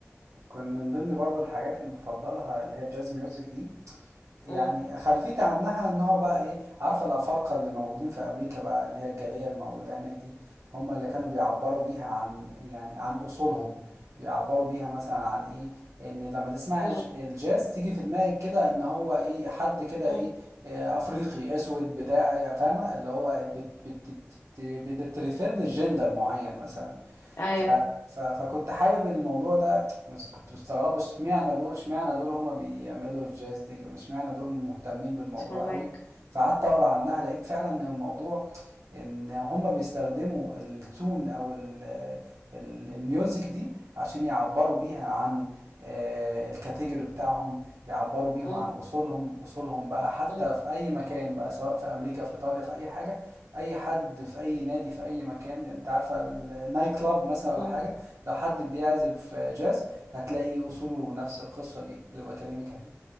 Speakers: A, on the right; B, on the left.
A: كان من ضمن برضو الحاجات اللي بفضلها اللي هي الجاز ميوزك دي يعني
B: مم،
A: خلفيتي عنها ان هو بقى ايه عارفة الأفارقة اللي موجودين في أمريكا بقى اللي هي الجالية الموجودة هناك دي هم اللي كانوا بيعبروا بيها عن يعني عن أصولهم بيعبروا بيها مثلا عن ايه ان لما تسمع
B: مم،
A: الج- الجاز تيجي في دماغك كده ان هو ايه حد كده
B: مم.
A: ايه آه، افريقي اسود بتاع إيه، فاهمه اللي هو إيه، بت بت بت بتريفير للجندر معين مثلا
B: ايوه
A: ف ف فكنت حابب الموضوع ده بس كنت مستغربه اشمعنى دول اشمعنى دول هما بيعملوا الجاز دي اشمعنى دول مهتمين بالموضوع
B: فهمك
A: قوي فقعدت اقرا عنها لقيت فعلا ان الموضوع ان هم بيستخدموا التون او ال ال الميوزك دي عشان يعبروا بيها عن آه، الكاتيجوري بتاعهم يعبروا بيهم
B: مم،
A: عن اصولهم اصولهم بقى حتى
B: مم،
A: في اي مكان بقى سواء في امريكا في ايطاليا في اي حاجه اي حد في اي نادي في اي مكان انت عارفه النايت كلاب مثلا ولا
B: مم،
A: حاجه لو حد بيعزف جاز هتلاقي اصوله نفس القصه دي اللي بكلمك عليها